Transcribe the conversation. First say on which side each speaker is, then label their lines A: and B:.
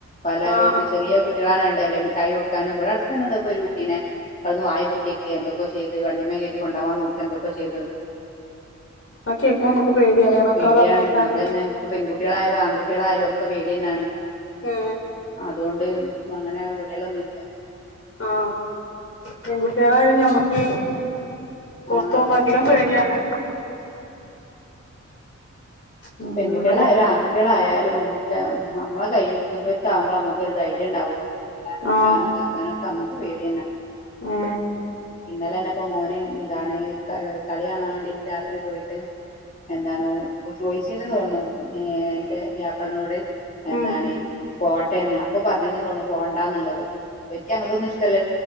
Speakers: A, on the left; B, on the left.
A: പല
B: ആ
A: ഇത്
B: ആ
A: ചെറിയകു കുട്ടികളാണുണ്ടല്ലേ മിഠായി കൊടുക്കാനും ഇവിടെ അടുത്തന്നെ ദാ ഇപ്പം ഒരു കുട്ടിനെ അവിടുന്ന് വായ പൊത്തിയൊക്കെ എന്തൊക്കൊ ചെയ്ത് വണ്ടിമേ കേറ്റി കൊണ്ടാവാൻ നോക്കി എന്തൊക്കെ ചെയ്ത്
B: ആ കേക്കുമ്പോ നമുക്ക് പേടിയാല്ലേ മക്കളെ
A: പേടിയാണ്
B: പറഞ്ഞഴക്കാന്
A: അതന്നെ ഇപ്പൊ പെൺകുട്ടികളായാലും ആൺകുട്ടികളായാലും ഒക്കെ പേടിതന്നാണ്
B: ഏ
A: അ അതുകൊണ്ട് അങ്ങനെ വിടലൊന്നും ഇല്ല
B: ആ പെൺകുട്ടികളായാലും ഞമ്മക്ക് പൊറത്തുപോകുമ്പോ
A: ആ അതെ
B: അധികം പേടിയാണ് ഉം
A: പെൺകുട്ടികളായാലും
B: ഇവിടെ
A: ആൺകുട്ട് കുട്ടികളായാലും നമുക്ക് നമ്മളെ കയ്യെത്തുംദൂരത്ത് ആകുമ്പോള് നമുക്കൊരു ധൈര്യം ഉണ്ടാവുള്ളൂ അതു
B: ആ
A: വിടാനും താക്കാനൊക്കെ അമ്മക്ക് പേടിയന്നെ
B: ഏ
A: ഇന്നലന്നെ ഇപ്പൊമോന് ഇതാണ് ക കളികാണാൻ വേണ്ടി രാത്രിപോയിട്ട് എന്താണോ ചോദിച്ചെന്ന് തോന്നണു ഏ എന്റെ വ്യാപ്പള്നോട് എന്താണ്
B: ഉം
A: പോട്ടേന്ന് അപ്പൊ പറഞ്ഞേണ്തോന്നണു പോവണ്ടാന്നുള്ളത് ഏക്ക് അങ്ങനെതൊന്നും ഇഷ്ടല്ലാ